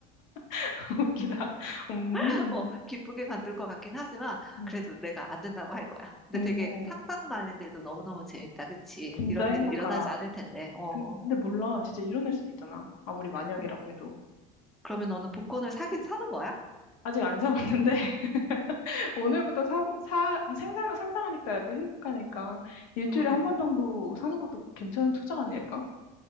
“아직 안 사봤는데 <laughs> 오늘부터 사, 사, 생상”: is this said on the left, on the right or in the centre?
Left